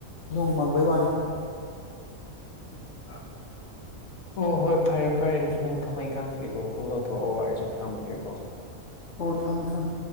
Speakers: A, on the left (about 55°); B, on the left (about 75°).
A: ꯅꯣꯡ ꯃꯪꯕꯩ ꯋꯥꯅꯤ
B: <inaudible> ꯑꯣ ꯍꯣꯏ ꯐꯔꯦ ꯐꯔꯦ ꯕ꯭ꯁ ꯅꯪ ꯊꯕꯛ ꯏꯪꯈꯥꯡ ꯀꯀꯩ ꯇꯧꯕꯗꯣ ꯇꯧꯊꯣꯛꯑꯣ ꯑꯩꯁꯨ ꯊꯝꯒꯦꯀꯣ
A: ꯑꯣ ꯊꯝꯃꯣ ꯊꯝꯃꯣ